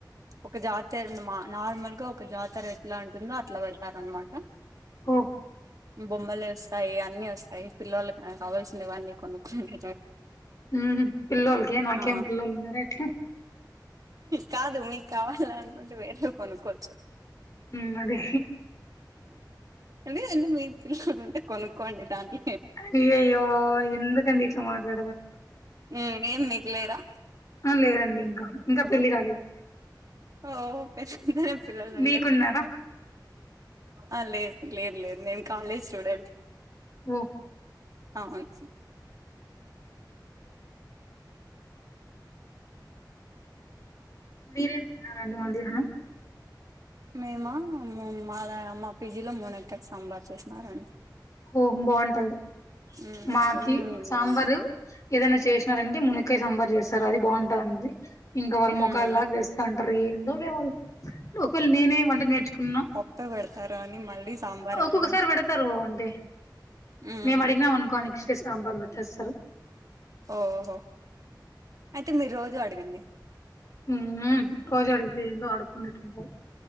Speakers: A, on the right; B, on the left.
A: ఒక జాతర మా నార్మల్గా ఒ క జాతర ఎట్లా ఉంటుందో అట్లా పెడ్తారనమాట
B: ఓ
A: బొమ్మలేస్ తాయి అన్ని ఒస్తాయి పిల్లలు కావాల్సినవన్నీ కొనుక్కనే
B: ఉహు పిల్లోలకే నాకేం
A: ఆ
B: పిల్లోలు ఉన్నారా ఎట్లా
A: కాదు మీకావాలనుకుంటే వేరే కొనుక్కోచ్చు
B: ఉమ్ అదే
A: అదే అండి మీ పిల్లలుంటే కొనుక్కోండి దానికి
B: అయ్యయ్యో ఎందుంకండీట్ల మాట్లాడ్తరు
A: ఉమ్ ఏం మీక్ లేరా
B: అ లేదండి ఇంకా ఇంక పెళ్లి కాలేదు
A: ఓ ఒకే పిల్లల్లుండరు
B: మీకున్నారా
A: ఆ లేద్ లేద్ లేద్ నేను కాలేజ్ స్టూడెంట్
B: ఓ
A: అవున్
B: మీరేం తిన్నారండి మధ్యాహనం
A: మేమా మామ్ మా మా పీజీలో మునక్కై సాంబార్ చేసినారండి
B: ఓహ్ బాంటాది
A: ఉమ్
B: మాకి
A: ఉమ్
B: సాంబారు
A: బాగుంది
B: ఏదైనా చేస్ నారంటే మునక్కయి సాంబార్ చేస్తారు అది బాంటదమ్ది ఇంకా వాళ్ళ
A: ఉమ్
B: మొ ఒకలా చేస్తాంటారు ఏందో లే వాళ్ళు ఒక్ వేళ నేనే వంట నేర్చుకున్నా
A: త పెడతారాని మళ్ళీ సాంబార్
B: ఒక్కొక్కసారి
A: అంటాం
B: పెడతారు అంటే
A: ఉమ్
B: మేము అడిగినాం అనుకోని నెక్స్ట్ డే సాంబార్ పెట్టేస్తారు
A: ఓహో అయితే మీర్ రోజు అడగండి
B: ఊ రోజు అడుగితే ఎందో అడుకున్నట్టు ఉంటాయి